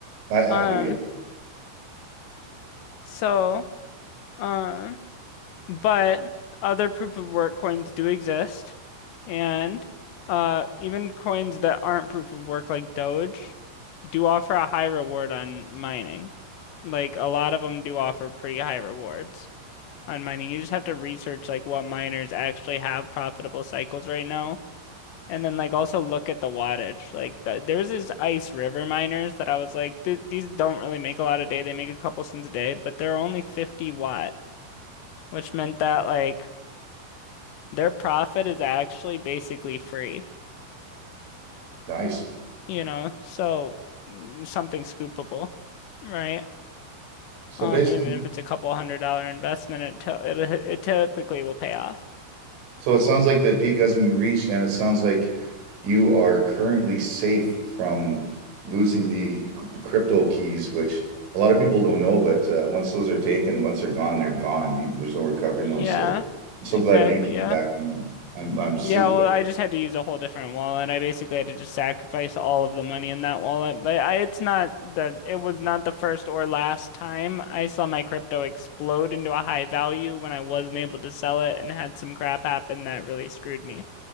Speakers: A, on the right; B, on the left.
A: I,
B: Um,
A: I do, yeah.
B: so, um. But other proof of work coins do exist, and uh, even coins that aren't proof of work, like Doge, do offer a high reward on mining. Like a lot of them do offer pretty high rewards on mining. You just have to research like what miners actually have profitable cycles right now, and then like also look at the wattage. Like the, there was this Ice River miners that I was like, "Th- these don't really make a lot a day. They make a couple cents a day, but they're only 50 watt, which meant that like their profit is actually basically free,
A: Nice.
B: you know, so mm, something scoopable, right?
A: So
B: Um,
A: basically,
B: even if it's a couple hundred dollar investment, it to it, it typically will pay off.
A: So it sounds like the peak hasn't been reached, and it sounds like you are currently safe from losing the c- crypto keys, which a lot of people don't know. But uh, once those are taken, once they're gone, they're gone. You, there's no recovering
B: Yeah,
A: those. So I'm so
B: exactly.
A: glad you came
B: Yeah.
A: back from that. I'm I'm super
B: Yeah, well,
A: glad.
B: I just had to use a whole different wallet. I basically had to just sacrifice all of the money in that wallet. But I, it's not the, it was not the first or last time I saw my crypto explode into a high value when I wasn't able to sell it and had some crap happen that really screwed me.